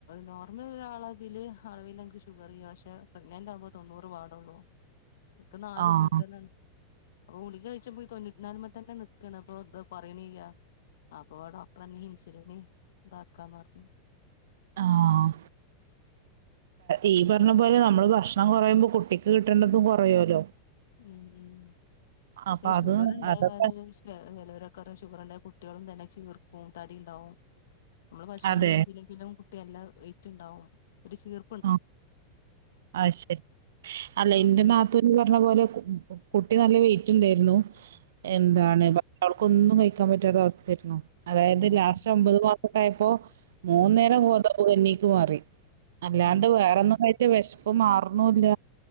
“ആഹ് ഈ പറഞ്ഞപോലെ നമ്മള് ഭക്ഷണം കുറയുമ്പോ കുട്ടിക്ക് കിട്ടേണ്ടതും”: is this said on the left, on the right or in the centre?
Right